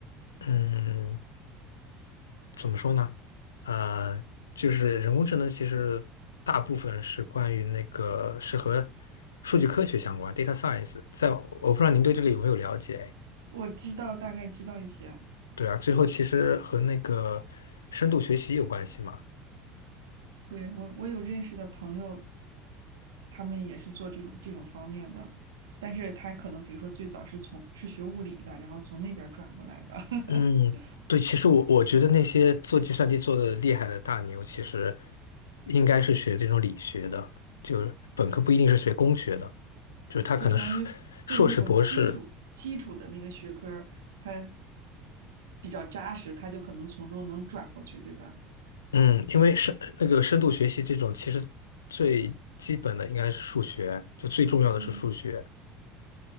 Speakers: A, on the left; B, on the right.
A: 嗯，怎么说呢？呃，就是人工智能其实大部分是关于那个是和数据科学相关，data science。在我不知道您对这个有没有了解？
B: 我知道，大概知道一些。
A: 对啊，最后其实和那个深度学习有关系嘛。
B: 对，我我有认识的朋友，他们也是做这种这种方面的，但是他可能比如说最早是从是学物理的，然后从那边儿转过来的，<laughs>
A: 嗯，对，其实我我觉得那些做计算机做的厉害的大牛，其实应该是学这种理学的，就是本科不一定是学工学的，就是他可能硕硕士、
B: 就是相当于对那种基础基础的那个学科儿他
A: 博士，
B: 比较扎实，他就可能从中能转过去，对吧？
A: 嗯，因为深那个深度学习这种，其实最基本的应该是数学，就最重要的是数学。
B: 嗯，